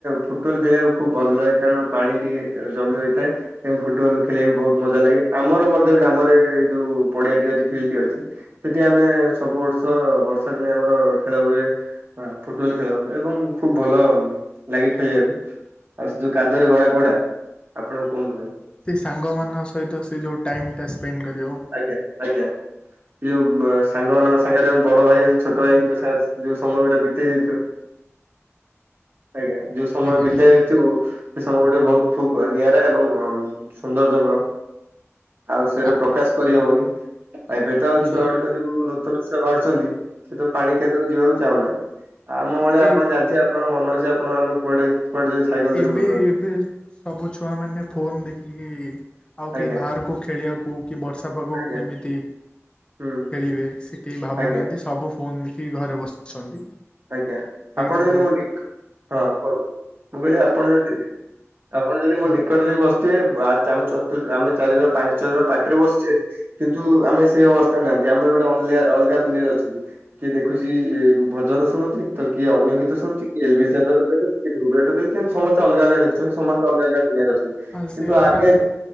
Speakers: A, on the right; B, on the left.
A: ଫୁଟବଲ୍ ଖେଳିବାକୁ ଖୁବ୍ ଭଲ ଲାଗେ କାରଣ ପାଣି। ଟିକେ ଅ ଜମି ରହିଥାଏ ତେଣୁ ଫୁଟବଲ୍ ଖେଳିବାକୁ ବହୁତ ମଜା ଲାଗେ ଆମର ମ ଯୋଉ ଗ୍ରାମରେ ଯୋଉ ପଡିଆଟି ଅଛି ଫିଲ୍ଡ ଟି ଅଛି। ସେଠି ଆମେ ସବୁ ବର୍ଷ ବର୍ଷା ଦିନେ ଆମର ଖେଳ ହୁଏ ଅ ଫୁଟବଲ ଖେଳ ହୁ ଏବଂ ଖୁବ ଭଲ ଲାଗେ ଖେଳିବାକୁ। ଆଉ ସେ ଯୋଉ କାଦୁଅରେ ଗଡା ପଡା ଆପଣ ଆଉ କୁହନ୍ତୁ ନାହିଁ।
B: ସେଇ ସାଙ୍ଗମାନଙ୍କ ସହିତ ସେ ଯଉ ଟାଇମଟା ସ୍ପେଣ୍ଡ କରିବ।
A: ଆଜ୍ଞା ଆଜ୍ଞା ଯୋଉ ବ ସାଙ୍ଗମାନଙ୍କ ସାଙ୍ଗରେ ବଡ ଭାଇ ଆଉ ଛୋଟ ଭାଇଙ୍କ ସା ଯୋଉ ସମୟଟା ବିତାଇ ଦେଇଥିବା ଆଜ୍ଞା ଯୋଉ ସମୟ
B: ଆଜ୍ଞା।
A: ବିତାଇ ସେକୁ ସେ ସମୟ ଗୁଡିକ ବହୁତ ଖୁବ ନିଆରା ଏବଂ ଅ ମ ସୌନ୍ଦର୍ଯ୍ୟମୟ। ଆଉ ସେରେ
B: ଆ
A: ପ୍ରକାଶ କରିହବନି ଆ ଏବେ ତ ଆଉ
B: ଆଜ୍ଞା
A: ଛୁଆ ଗୁଡିକ ଯୋଉ ନୁ ନୂତନ ଛୁଆ ବାହାରୁଛନ୍ତି ସେ ତ ପାଣି କାଦୁଅକୁ ଯିବାକୁ ଚାହୁଁନାହାନ୍ତି ଆମ ଭଳିଆ
B: ଏ
A: ଆପଣ ଜାଣିଥିବେ ଆ ଆପଣଙ୍କ ମନ ଅଛି ଆପଣ ଆମେ କୁଆଡେ। କୁଆଡେ ଯାଇ ସାଇକେଲ
B: ଏ-ଏବେ
A: ଧରି ବୁଲନ୍ତି।
B: ଏବେ ସବୁ ଛୁଆମାନେ ଫୋନ ଦେଖିକି ଆଉ କେହି
A: ଆଜ୍ଞା
B: ବାହାରକୁ। ଖେଳିବାକୁ କି ବର୍ଷା ପାଗକୁ
A: ଆଜ୍ଞା
B: କେମିତି।
A: ହୁଁ
B: ଖେଳିବେ ସେ କେହି ଭାବୁନାହାନ୍ତି
A: ଆଜ୍ଞା
B: ସବୁ ଫୋନ ଦେଖିକି ଘରେ ବସିଛନ୍ତି।
A: ଆଜ୍ଞା
B: ସେଇଟା
A: ଆପଣ ଯଦି
B: ପ୍ରୋ
A: ମୁଁ <unintelligible> ହଁ କୁହନ୍ତୁ ମୁଁ କହିଲି ଆପଣ ଯଦି ଆପଣ। ଯଦି ମୋ ନିକଟରେ ବି ବସିଥିବେ ବା ଆମେ ଚତୁ ଆମେ ଚାରି ଜଣ। ପାଞ୍ଚ, ଛଅ ଜଣ ପାଖରେ ବସିଛେ କିନ୍ତୁ ଆମେ ସେ ଅବସ୍ଥାରେ ନା ତ୍ୟା ଆମେ ଗୋଟେ ଅଲ୍ୟା ଅଲଗା ଦୁନିଆରେ ଅଛନ୍ତି କିଏ ଦେଖୁଛି ଇ ଭଜନ ଶୁଣୁଚି ତ କିଏ ଅନ୍ୟ ଗୀତ ଶୁଣୁଛି କିଏ ଏଲ ବି <unintelligible> ଦେଖୁଛି କିଏ ଦ୍ରୁଭ ରାଇଡର ଦେ ସେ ମ ସମସ୍ତେ ଅଲଗା ଅଲଗା ଦେଖୁଛନ୍ତି ସମସ୍ତେ ଅଲଗା ଅଲଗା ଦୁନିଆରେ ଅଛନ୍ତି
B: ଆଉ
A: କିନ୍ତୁ
B: ସେ ଅଲଗା
A: ଆଗେ
B: ଅଲଗା